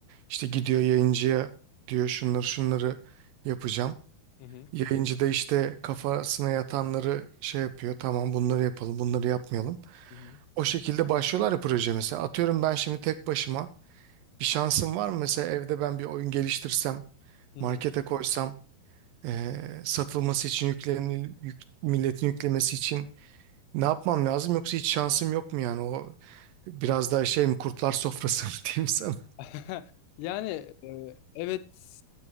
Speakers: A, on the right (about 80°); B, on the left (about 90°).
A: İşte gidiyor yayıncıya diyor şunları şunları yapacağım.
B: Hı hı.
A: Yayıncı da işte kafasına yatanları şey yapıyor. Tamam bunları yapalım, bunları yapmayalım.
B: Hı hı.
A: O şekilde başlıyorlar ya proje mesela. Atıyorum ben şimdi tek başıma bir şansım var mı? Mesela evde ben bir oyun geliştirsem,
B: Hı hı.
A: markete koysam, eee, satılması için yüklenil, yük- milletin yüklemesi için ne yapmam lazım? Yoksa hiç şansım yok mu yani? O biraz daha şey mi kurtlar sofrası mı <laughs> diyeyim sana.
B: <laughs> Yani e, evet